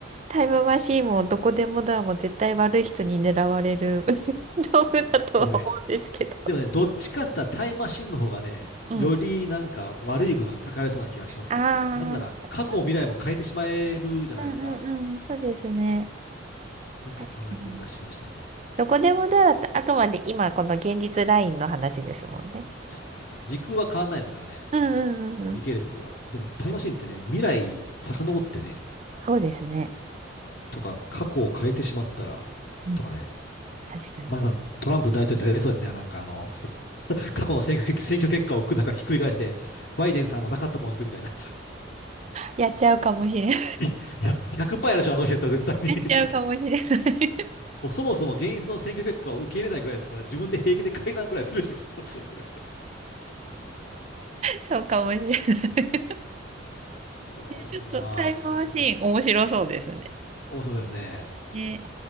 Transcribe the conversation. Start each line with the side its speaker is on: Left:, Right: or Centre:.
Right: タイムマシーンもどこでもドアも絶対悪い人に狙われる <laughs> 道具だとは思うんですけど。
Left: もうね、でもね、どっちかっつったらタイムマシンの方がね、
Right: うん。
Left: よりなんか悪いことに疲れそうな気がしますね。
Right: ああ、
Left: なぜなら過去も未来も変えてしまえるじゃないですか。
Right: そっかうんうんうん、そうですね。
Left: なんかそんな気がしましたね。
Right: 確かに。どこでもドアだと、あくまで今この現実ラインの話ですもんね。
Left: そうなんですよ。時空は変わんないですからね。
Right: うんうんうんうん。
Left: 時系列は。でもタイムマシンってね、未来遡ってね、
Right: そうですね。
Left: とか過去を変えてしまったら、
Right: うん
Left: とかね。
Right: 確かに。
Left: まだトランプ大統領ってあれそうですね。なんかあの、過去の選挙結、選挙結果をなんかひっくり返して、バイデンさんをなかったものにするみたいな。
Right: やっちゃうかもしれん。<laughs> や
Left: いや、100%やるでしょ、あの人やったら絶対に
Right: っちゃうかもしれない。
Left: <laughs>
Right: <laughs>
Left: もうそもそも現実の選挙結果を受け入れないぐらいですから、自分で平気で改ざんぐらいするでしょ、きっと。<laughs>
Right: そうかもしれない。<laughs>
Left: ドラえもんはすごいな。
Right: ちょっとタイムマシーン面白そうですね。
Left: 面白いですね。
Right: ね、